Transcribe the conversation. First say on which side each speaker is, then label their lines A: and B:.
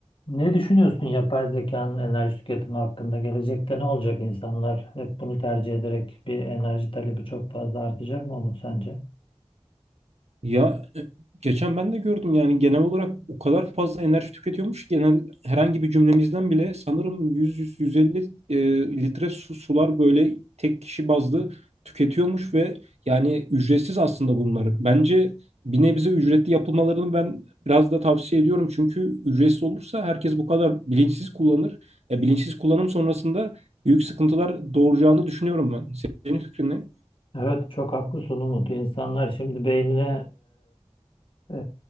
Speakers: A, on the left (about 50°); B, on the right (about 75°).
A: Ne düşünüyorsun yapay zekanın enerji tüketimi hakkında? Gelecekte ne olacak insanlar? Hep bunu tercih ederek bir enerji talebi çok fazla artacak mı Umut sence?
B: Ya e, geçen ben de gördüm yani genel olarak o kadar fazla enerji tüketiyormuş ki genel herhangi bir cümlemizden bile sanırım 100-150 litre su, sular böyle tek kişi bazlı tüketiyormuş ve yani ücretsiz aslında bunlar. Bence bir nebze ücretli yapılmalarını ben biraz da tavsiye ediyorum çünkü ücretsiz olursa herkes bu kadar bilinçsiz kullanır. E, bilinçsiz kullanım sonrasında büyük sıkıntılar doğuracağını düşünüyorum ben. Senin fikrin ne?
A: Evet çok haklısın Umut. İnsanlar şimdi beynine e,